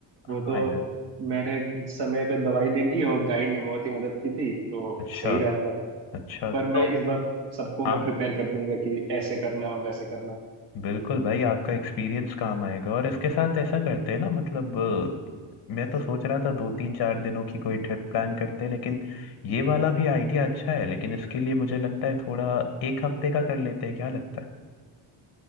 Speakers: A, on the right (about 60°); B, on the left (about 55°).
A: वो
B: हाँ
A: तो
B: यार
A: मैंने समय पे दवाई ले ली और गाइड ने बहुत ही मदद की थी तो
B: अच्छा
A: सही रहा था
B: अच्छा
A: पर
B: तो
A: मैं इस बार सबको
B: हाँ
A: मैं प्रिपेयर कर दूंगा कि ऐसे करना और वैसे करना
B: बिल्कुल भाई आपका एक्सपीरियंस काम आएगा और इसके साथ ऐसा करते हैं ना मतलब अ, मैं तो सोच रहा था दो तीन चार दिनों की कोई ट्रिप प्लान करते हैं लेकिन ये वाला भी आइडिया अच्छा है लेकिन इसके लिए मुझे लगता है थोड़ा एक हफ्ते का कर लेते हैं क्या लगता है